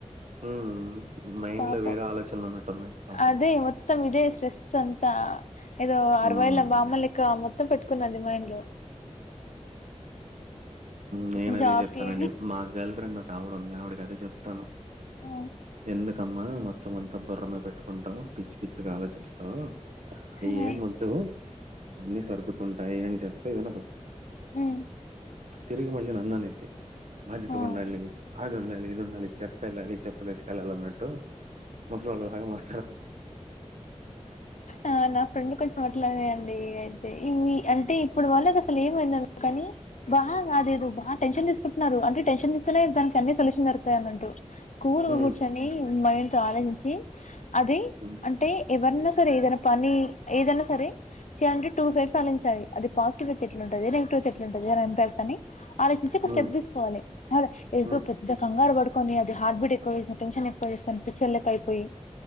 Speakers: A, on the right (about 75°); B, on the left (about 80°).
A: ఉ మైండ్
B: పాపం
A: లో వేరే ఆలోచనలు ఉన్నటు ఉన్నాయి పాపం
B: అదే మొత్తం ఇదే స్ట్రెస్ అంతా ఏదో అరవైల
A: మ్మ్
B: బామ్మలెక్క మొత్తం పెట్టుకుందండి మైండ్లో
A: నేనదే
B: ఇప్పుడు జాబ్
A: చెప్తానండి
B: కి
A: మా గర్ల్ ఫ్రెండ్ ఆవిడ ఉంది ఆవిడికి అదే చెప్తాను
B: ఆ
A: ఎందుకమ్మా మొత్తం అంతా బుర్ర మీద పెట్టుకుంటావ్ పిచ్చి పిచ్చగా ఆలోచిస్తావు అయి
B: ఆ
A: ఎం వద్దు అన్ని సర్దుకుంటాయి అన్ చెప్తే వినదు
B: ఉమ్
A: తిరిగి మళ్ళీ నన్ను అన్నిద్ధి బాధ్యతగుండాలి
B: ఆ
A: అది ఉండాలి ఇది ఉండాలి చెప్పేళ్ళాలి చెప్పలేసుకెళ్ళాలి అన్నట్టు ముసల్లోల్ల లాగా మాట్లా
B: ఆ నా ఫ్రెండ్ కొంచెం అట్లనే అండి అయితే ఈ అంటే ఇప్పుడు వాళ్ళకి అసలు ఏమైంది కానీ బాగాదేదు బా టెన్షన్ తీసుకుంటున్నారు అంటే టెన్షన్ తీస్తనే దానికి అన్ని సొల్యూషన్ జరుగుతాయి అన్నట్టు కూల్
A: హ్మ్
B: కూర్చొని మైండ్ తో ఆలోచించి అది
A: హ్మ్
B: అంటే ఎవరినో ఏదైనా పని ఏదైనా సరే చి అంటే టూ సైడ్స్ ఆలోచించాలి అది పాజిటివ్ అయితే ఎట్లుంటది నెగిటివ్ట్ అయితే ఎట్లుంటది అని చెప్పని ఆలోచించి ఒక
A: హ్మ్
B: స్టెప్ తీసుకోవాలి అ ఎళ్తూ
A: హ్మ్
B: ప్ర పెద్ద కంగారు పడుకొని అది హార్ట్ బీట్ ఎక్కువ చేసుకుని టెన్షన్ ఎక్కువ చేసుకుని పిచ్చోల్ లెక్క అయిపోయి